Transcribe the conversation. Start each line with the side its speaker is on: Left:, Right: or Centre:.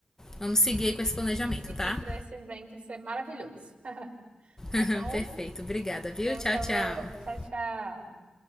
Left: vamos seguir aí com esse
Right: vamos
Left: planejamento,
Right: seguir
Left: tá?
Right: para esse evento ser maravilhoso. <laughs> Tá
Left: <laughs>
Right: bom?
Left: Perfeito, obrigada, viu?
Right: Então,
Left: Tchau,
Right: tá
Left: tchau.
Right: bom. Tchau, tchau.